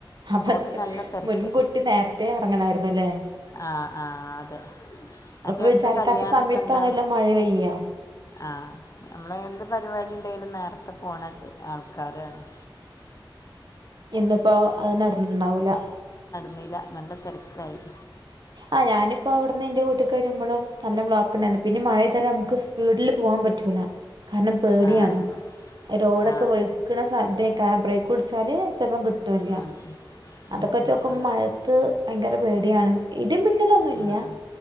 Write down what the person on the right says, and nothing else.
എന്നിട്ട്
മുൻകൂട്ടി നേരത്തേ എറങ്ങണായിരുന്നല്ലേ-
വിചാരിക്കാത്ത
സമയത്താണല്ലോ
മഴ പെയ്യ
ഇന്നിപ്പോ അത് നടന്ന്ണ്ടാവൂല-
ആ ഞാനിപ്പോ അവിടുന്ന് എന്റെ വീട്ട്ക്ക് വരുമ്പളും നല്ല ബ്ലോക്ക് ഇണ്ടായിരുന്നു പിന്നെ മഴ പെയ്താലും നമുക്ക് സ്പീഡില് പോവാൻ പറ്റൂല്ല- കാരണം പേടിയാണ്
റോഡൊക്കെ
വെഴുക്കണ സാ തെ ആക്കാണം ബ്രേക്ക് പിടിച്ചാല് ചെലപ്പം കിട്ടൂല്ല
അതൊക്കെ
നോക്കുമ്പോ
മഴത്ത് ഭയങ്കര പേടിയാണ്- ഇടിമിന്നലൊന്നുമല്ല